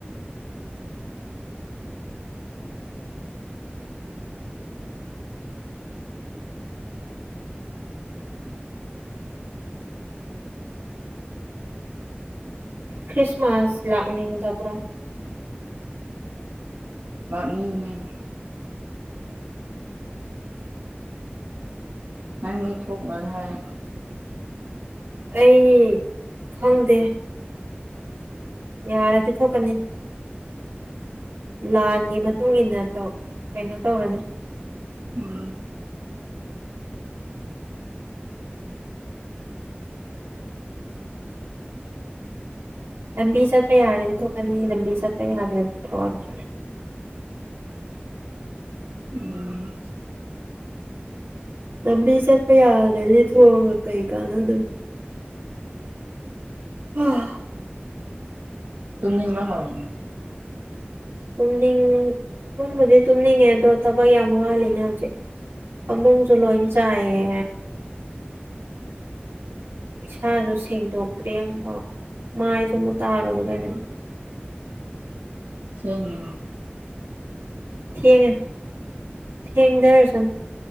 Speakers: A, on the right (about 80°); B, on the right (about 65°).
A: ꯈ꯭ꯔꯤꯁꯃꯥꯁ ꯂꯥꯛꯅꯤꯕ ꯇꯄꯔꯣ꯫
B: ꯃꯥ ꯎꯝ꯫ ꯅꯪꯗꯤ ꯊꯣꯛ ꯂꯣꯏ ꯍꯥꯏ꯫
A: ꯑꯩ ꯈꯪꯗꯦ꯫ ꯌꯥꯔꯗꯤ ꯊꯣꯛꯀꯅꯤ꯫ ꯂꯥꯟꯒꯤ ꯃꯇꯨꯡ ꯏꯟꯅ ꯇꯧ ꯀꯩꯅꯣ ꯇꯧꯔꯅꯤ꯫
B: ꯎꯝ꯫
A: ꯂꯝꯕꯤ ꯆꯠꯄ ꯌꯥꯔꯗꯤ ꯊꯣꯛꯀꯅꯤ ꯂꯝꯕꯤ ꯆꯠꯄ ꯌꯥꯗ꯭ꯔꯗꯤ ꯊꯣꯛꯑꯔꯣꯏ꯫
B: ꯎꯝ꯫
A: ꯂꯝꯕꯤ ꯆꯠꯄ ꯌꯥꯗꯔꯗꯤ ꯊꯣꯛꯑꯒ ꯀꯩ ꯀꯥꯟꯅꯗꯨꯝ꯫ <unintelligible>
B: ꯇꯨꯝꯅꯤꯡꯕ ꯍꯧꯔꯕꯣ꯫
A: ꯇꯨꯝꯅꯤꯡ ꯇꯨꯝꯕꯨꯗꯤ ꯇꯨꯝꯅꯤꯡꯉꯦ ꯑꯗꯣ ꯊꯕꯛ ꯌꯥꯝ ꯋꯥꯜꯂꯤꯅꯦ ꯍꯧꯖꯤꯛ꫰ ꯐꯃꯨꯡꯁꯨ ꯂꯣꯏ ꯆꯥꯏꯌꯦ꯫ ꯏꯁꯥꯁꯨ ꯁꯦꯡꯗꯣꯛꯇ꯭ꯔꯤ ꯑꯃꯐꯥꯎ ꯃꯥꯏꯁꯨ ꯑꯃꯨꯛ ꯇꯥꯔꯨꯒꯤꯗꯣꯏꯅꯤ꯫
B: ꯊꯦꯡꯉꯦꯍꯦ꯫
A: ꯊꯦꯡꯉꯦ ꯊꯦꯡꯖꯔꯁꯅꯨ꯫